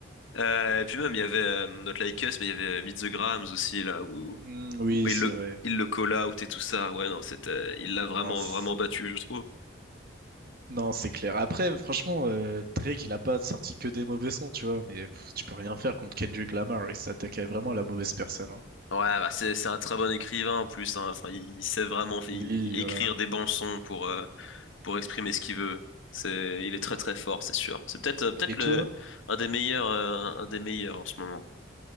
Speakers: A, on the left; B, on the right.
A: Euh, et puis même, il y avait euh, notre Like Us, mais il y avait Meet the Grams aussi, là, où,
B: Hmm, oui,
A: où il
B: c'est
A: le,
B: vrai.
A: il le call out et tout ça. Ouais, non, c'était, il l'a vraiment,
B: Non, c'est...
A: vraiment battu, je trouve.
B: Non, c'est clair. Après, franchement, euh, Drake, il a pas sorti que des mauvais sons, tu vois, mais pff, tu peux rien faire contre Kendrick Lamar. Il s'attaquait vraiment à la mauvaise personne. hein.
A: Ouais, bah, c'est, c'est un très bon écrivain en plus. hein. Enfin, il il sait vraiment fi-
B: Oui,
A: écrire
B: voilà.
A: des bons sons pour, euh, pour exprimer ce qu'il veut. C'est, il est très, très fort, c'est sûr. C'est peut-être, euh, peut-être
B: Et
A: le,
B: toi?
A: un des meilleurs, euh, un des meilleurs en ce moment.